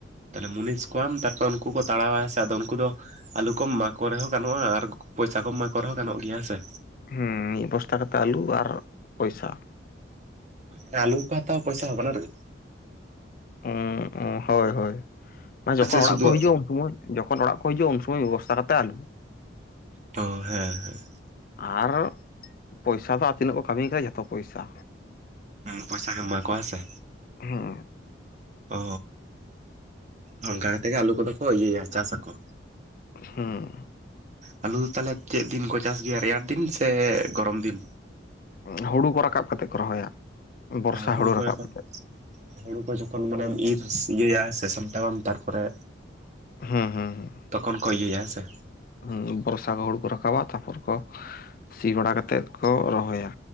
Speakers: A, on the right; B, on the left.
A: ᱛᱟᱦᱚᱞᱮ ᱢᱩᱱᱤᱥ ᱠᱚᱣᱟᱢ ᱛᱟᱨᱯᱚᱨᱮ ᱩᱱᱠᱩ ᱠᱚ ᱛᱟᱲᱟᱣᱟ ᱦᱮᱸᱥᱮ ᱟᱫᱚ ᱩᱱᱠᱩ ᱫᱚ, ᱟᱞᱩ ᱠᱚᱢ ᱮᱢᱟ ᱠᱚ ᱨᱮᱦᱚᱸ ᱜᱟᱱᱚᱜᱼᱟ ᱟᱨ ᱯᱚᱭᱥᱟ ᱠᱚᱢ ᱮᱢᱟ ᱠᱚ ᱨᱮᱦᱚᱸ ᱜᱟᱱᱚᱜ ᱜᱮᱭᱟ ᱦᱮᱸ ᱥᱮ᱾
B: ᱦᱮᱸ ᱢᱤᱜ ᱵᱚᱥᱛᱟ ᱠᱟᱛᱮᱜ ᱟᱞᱩ ᱟᱨ ᱯᱚᱭᱥᱟ᱾
A: ᱦᱮᱸ ᱟᱞᱩ ᱠᱚ ᱦᱟᱛᱟᱣᱟ ᱯᱚᱭᱥᱟ ᱦᱚᱸ ᱵᱟᱱᱟᱨ ᱜᱮ,
B: ᱩᱸ ᱩ ᱦᱳᱭ ᱦᱳᱭ ᱢᱟᱱᱮ ᱡᱚᱠᱷᱚᱱ
A: ᱥᱮ
B: ᱚᱲᱟᱜ
A: ᱥᱩᱫᱩ
B: ᱠᱚ ᱦᱤᱡᱩᱜᱼᱟ ᱩᱱ ᱥᱚᱢᱚᱭ, ᱡᱚᱠᱷᱚᱱ ᱚᱲᱟᱜ ᱠᱚ ᱦᱤᱡᱩᱜᱼᱟ ᱩᱱ ᱥᱚᱢᱚᱭ ᱢᱤᱜ ᱵᱚᱥᱛᱟ ᱠᱟᱛᱮᱜ ᱟᱞᱩ,
A: ᱛᱚ ᱦᱮᱸ ᱦᱮᱸ᱾
B: ᱟᱨ ᱯᱚᱭᱥᱟ ᱫᱚ ᱟᱨ ᱛᱤᱱᱟᱹᱜ ᱠᱚ ᱠᱟᱹᱢᱤ ᱠᱟᱫᱟ ᱡᱷᱚᱛᱚ ᱯᱚᱭᱥᱟ᱾
A: ᱦᱩᱸ ᱯᱚᱭᱥᱟ ᱜᱮᱢ ᱮᱢᱟᱠᱚᱣᱟ ᱦᱮᱸᱥᱮ᱾
B: ᱦᱩᱸ
A: ᱚ ᱚᱱᱠᱟ ᱠᱟᱛᱮ ᱜᱮ ᱟᱞᱩ ᱠᱚᱫᱚ ᱠᱚ ᱤᱭᱟᱹᱭᱟ ᱪᱟᱥ ᱟᱠᱚ,
B: ᱦᱩᱸ,
A: ᱟᱞᱩ ᱫᱚ ᱛᱟᱦᱚᱞᱮ ᱪᱮᱜ ᱫᱤᱱ ᱠᱚ ᱪᱟᱥ ᱜᱮᱭᱟ ᱨᱮᱭᱟᱲ ᱫᱤᱱ ᱥᱮ ᱜᱚᱨᱚᱢ ᱫᱤᱱ?
B: ᱩᱸ ᱦᱩᱲᱩ ᱠᱚ ᱨᱟᱠᱟᱵ ᱠᱟᱛᱮᱜ ᱠᱚ ᱨᱚᱦᱚᱭᱟ᱾ ᱵᱚᱨᱥᱟ
A: ᱚ ᱦᱩᱲᱩ ᱠᱚ
B: ᱨᱟᱠᱟᱵ
A: ᱮᱠᱷᱚᱱ,
B: ᱠᱟᱛᱮᱜ
A: ᱦᱩᱲᱩ ᱠᱚ ᱡᱚᱠᱷᱚᱱ ᱢᱟᱱᱮᱢ ᱤᱨ ᱤᱭᱟᱹᱭᱟ ᱥᱮ ᱥᱟᱢᱴᱟᱣᱟᱢ ᱛᱟᱨᱯᱚᱨᱮ,
B: ᱦᱮᱸ ᱦᱮᱸ ᱦᱮᱸ᱾
A: ᱛᱚᱠᱷᱚᱱ ᱠᱚ ᱤᱭᱟᱹᱭᱟ ᱦᱮᱸ ᱥᱮ᱾
B: ᱦᱩᱸ ᱵᱚᱨᱥᱟ ᱠᱚ ᱦᱩᱲᱩ ᱠᱚ ᱨᱟᱠᱟᱵᱟ ᱛᱟᱯᱚᱨ ᱠᱚ ᱥᱤ ᱵᱟᱲᱟ ᱠᱟᱛᱮᱜ ᱠᱚ ᱨᱚᱦᱚᱭᱟ᱾